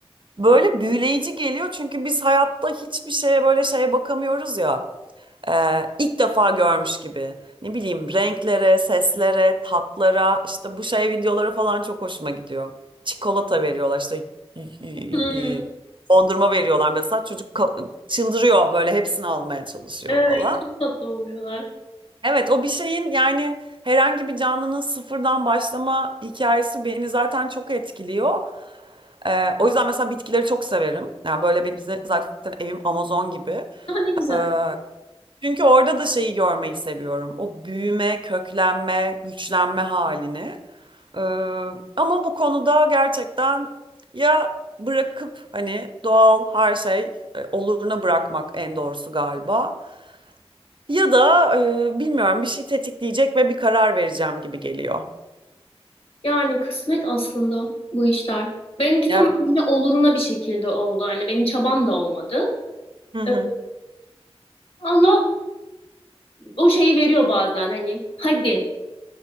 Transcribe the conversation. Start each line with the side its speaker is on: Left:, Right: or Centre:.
Right: böyle büyüleyici geliyor çünkü biz hayatta hiçbir şeye böyle şeye bakamıyoruz ya e, ilk defa görmüş gibi. Ne bileyim renklere, seslere, tatlara işte bu şey videoları falan çok hoşuma gidiyor. Çikolata veriyorlar işte y- y-
Left: Hmm.
Right: y- dondurma veriyorlar mesela çocuk ka- çıldırıyor böyle hepsini almaya çalışıyor
Left: Evet,
Right: falan.
Left: çok tatlı oluyorlar.
Right: Evet o bir şeyin yani herhangi bir canlının sıfırdan başlama hikayesi beni zaten çok etkiliyor. Ee, o yüzden mesela bitkileri çok severim. Yani böyle bir bize zaten evim Amazon gibi.
Left: Daha ne güzel.
Right: Ee, çünkü orada da şeyi görmeyi seviyorum. O büyüme, köklenme, güçlenme halini. Ee, ama bu konuda gerçekten ya bırakıp hani doğal her şey e, oluruna bırakmak en doğrusu galiba. Ya da e, bilmiyorum bir şey tetikleyecek ve bir karar vereceğim gibi geliyor.
Left: Yani kısmet aslında bu işler. Benimki
Right: Evet.
Left: tamamıyla oluruna bir şekilde oldu. Hani benim çabam da olmadı.
Right: Hı hı.
Left: Ee, Allah o şeyi veriyor bazen hani hadi